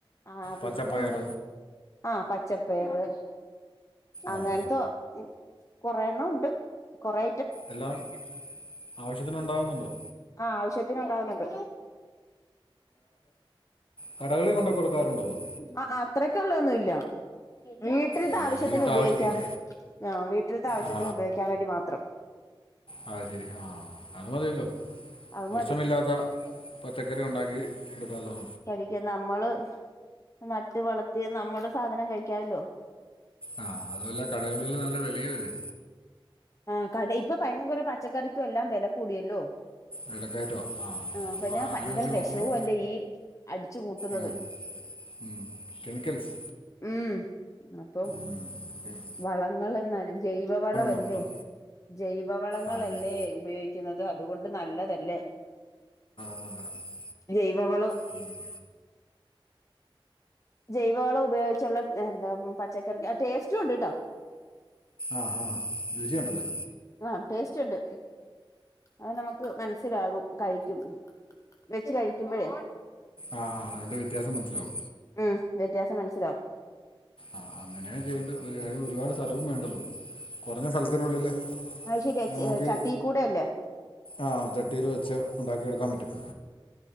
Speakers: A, on the left; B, on the left.
A: ആഹ് പിന്നെ
B: പച്ചപ്പയർ
A: എന്നാ ആഹ പച്ച പയറ് അങ്ങന്ത്ത
B: ആ
A: കൊറേ എണ്ണം ഉണ്ട് കൊറേ
B: എല്ലാം ആവശ്യത്തിന് ഉണ്ടാവുന്നുണ്ടോ
A: ആഹ് ആവശ്യത്തിന് ഉണ്ടാവുന്നുണ്ട്
B: കടകളിൽ കൊണ്ടേ കൊടുക്കാറുണ്ടോ അത്
A: ആ അത്രക്കുള്ളതൊന്നും ഇല്ല വീട്ടിൽത്തെ
B: ഏ,
A: ആവശ്യത്തിന്
B: വീട്ടാവശ്യത്തിന്
A: ഉപയോഗിക്കാം ആഹ് വീട്ടിലത്തെ ആവശ്യത്തിന്
B: ആ
A: ഉപയോഗിക്കാൻ വേണ്ടി മാത്രം
B: അത് ശെരി ആഹ് അത് മതിയല്ലോ
A: അത്
B: വിഷമില്ലാത്ത
A: മതി
B: പച്ചക്കറി ഉണ്ടാക്കി എടുക്കാലോ
A: കഴിക്കാം നമ്മള് നട്ട് വളർത്തിയ നമ്മുടെ സാധനം കഴിക്കാവല്ലോ
B: ആഹ് അതുമല്ല കടകളിൽ നല്ല വിലയും അല്ലേ
A: ആഹ് കട ഇപ്പൊ ഭയങ്കര പച്ചക്കറിക്കും എല്ലാം വില കൂടിയല്ലോ
B: വിലക്കയറ്റവാ ആ
A: ആഹ്
B: അപ്പൊ
A: പിന്നെ
B: അങ്ങനെ
A: ഭയങ്കര
B: വെച്ച് നോക്കുമ്പോ
A: വിഷവും അല്ലേ ഈ അടിച്ചു കൂട്ടുന്നത്
B: ഉം ഉം കെമിക്കൽസ്
A: ഉം അപ്പം
B: ഉം
A: വളങ്ങൾ ജൈവവളവല്ലേ
B: മൊത്തം
A: ജൈവവളങ്ങളല്ലേ
B: ആ ശരി
A: ഉപയോഗി ക്കുന്നത് അതുകൊണ്ട് നല്ലതല്ലേ
B: നല്ല
A: ജൈവവളം
B: പിന്നെ
A: ജൈവവളം ഉപയോഗിച്ചുള്ള എന്താ പച്ചക്കറി ആ ടേസ്റ്റും ഉണ്ട് കേട്ടോ
B: ആഹ് ആഹ് രുചി ഉണ്ടല്ലേ
A: ആഹ്‌ ടേസ്റ്റ് ഉണ്ട് അത് നമുക്ക് മനസ്സിലാകും കഴിക്കും വെച്ച് കഴിക്കുമ്പഴേ
B: ആ ആ അതിൻ്റെ വ്യത്യാസം മനസ്സിലാവും
A: ഉം വ്യത്യാസം മനസ്സിലാവും
B: ആഹ്‌ അങ്ങനെയ ചെയ്യണ്ടത് ഒരു അതിന് ഒരുപാട് സ്ഥലവും വേണ്ടല്ലോ കുറഞ്ഞ സ്ഥലത്തിനുള്ളില്
A: അത് ശരിയാ
B: നമുക്ക്
A: ചട്ടി കൂടെ അല്ലേ
B: ആഹ്‌ ചട്ടിയില് വെച്ച് ഉണ്ടാക്കിയെടുക്കാൻ പറ്റും